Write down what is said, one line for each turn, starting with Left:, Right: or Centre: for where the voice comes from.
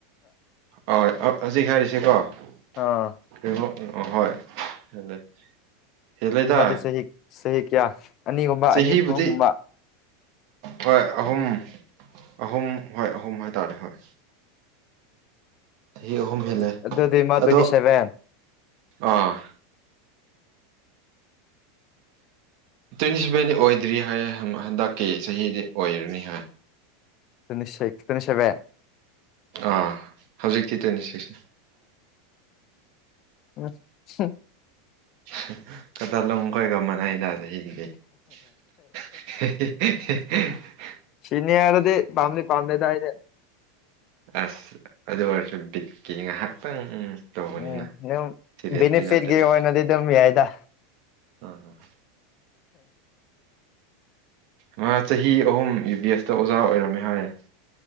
Right: ꯑꯣꯏ ꯑꫭ ꯍꯧꯖꯤꯛ ꯍꯥꯏꯔꯤꯁꯤꯀꯣ
Left: ꯑꯥ
Right: <unintelligible> ꯍꯦꯜꯂꯦꯗ
Left: ꯃꯗꯤ ꯁꯍꯤ ꯁꯍꯤ ꯀꯌꯥ ꯑꯅꯤꯒꯨꯝꯕ
Right: ꯆꯍꯤꯕꯨꯗꯤ
Left: ꯑꯅꯤ ꯑꯍꯨꯝꯒꯨꯝꯕ
Right: ꯍꯣꯏ ꯑꯍꯨꯝ ꯑꯍꯨꯝ ꯍꯣꯏ ꯑꯍꯨꯝ ꯍꯥꯏꯇꯥꯔꯦ ꯍꯣꯏ
Left: <inaudible>
Right: ꯆꯍꯤ ꯑꯍꯨꯝ ꯍꯦꯜꯂꯦ
Left: ꯑꯗꯨꯗꯤꯃ ꯇ꯭ꯋꯦꯟꯇꯤ
Right: ꯑꯗꯣ
Left: ꯁꯦꯚꯦꯟ
Right: ꯑꯥ ꯇ꯭ꯋꯦꯟꯇꯤ ꯁꯚꯦꯟꯗꯤ ꯑꯣꯏꯗ꯭ꯔꯤ ꯍꯥꯏ ꯍꯟꯗꯛꯀꯤ ꯆꯍꯤꯗꯤ ꯑꯣꯏꯔꯅꯤ ꯍꯥꯏ
Left: <unintelligible>
Right: ꯑꯥ ꯍꯧꯖꯤꯛꯇꯤ ꯇ꯭ꯋꯦꯟꯇꯤ ꯁꯤꯛꯁꯅꯤ
Left: <unintelligible>
Right: <unintelligible> ꯎ ꯎ <unintelligible>
Left: ꯁꯤꯅꯤꯌꯥꯗꯨꯗꯤ ꯄꯝꯗꯦ ꯄꯝꯗꯦꯗ ꯑꯩꯗꯤ
Right: ꯑꯁ ꯑꯗꯨ ꯑꯣꯏꯔꯁꯨ ꯕꯤꯠꯀꯤ ꯉꯥꯏꯍꯥꯛꯇꯪ ꯇꯧꯕꯅꯤꯅ
Left: ꯎꯝ
Right: ꯁꯤꯔꯤꯌꯁꯇꯤ
Left: ꯕꯤꯅꯤꯐꯤꯠ
Right: ꯅꯠꯇꯦꯅ
Left: ꯀꯤ ꯑꫭꯏꯅꯗꯤ ꯑꯗꯨꯝ ꯌꯥꯏꯗ
Right: ꯑꯥ ꯑꯥ ꯃꯥ ꯆꯍꯤ ꯑꯍꯨꯝ ꯌꯨ ꯕꯤ ꯑꯦꯁꯇ ꯑꯣꯖꯥ ꯑꯣꯏꯔꯝꯃꯦ ꯍꯥꯏꯌꯦ